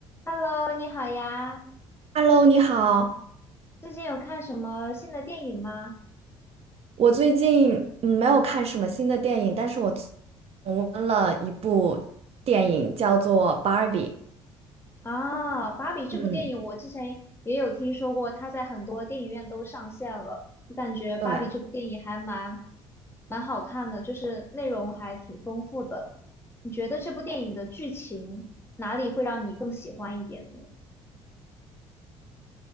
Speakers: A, on the left; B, on the right.
A: Hello，你好呀！
B: Hello，你好。
A: 最近有看什么新的电影吗？
B: 我最近嗯没有看什么新的电影，但是我最重温了一部电影，叫做《Barbie》。
A: 啊，《芭比》这部电影我之前也有听说过，
B: 嗯，
A: 它在很多电影院都上线了。我感觉《芭比》这部电影还蛮
B: 对。
A: 蛮好看的，就是内容还挺丰富的。你觉得这部电影的剧情哪里会让你更喜欢一点呢？